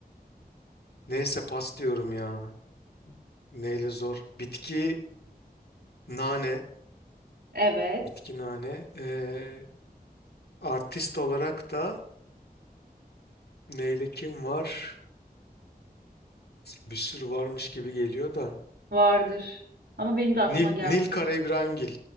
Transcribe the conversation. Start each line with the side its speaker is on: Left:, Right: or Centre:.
Left: Neyse pas diyorum ya. Neyle zor. Bitki nane.
Right: evet
Left: Bitki nane. Ee, artist olarak da neyle kim var? Bir sürü varmış gibi geliyor da.
Right: vardır. Ama benim de aklıma
Left: Nil,
Right: gelmiyor.
Left: Nil Kara İbrahimgil.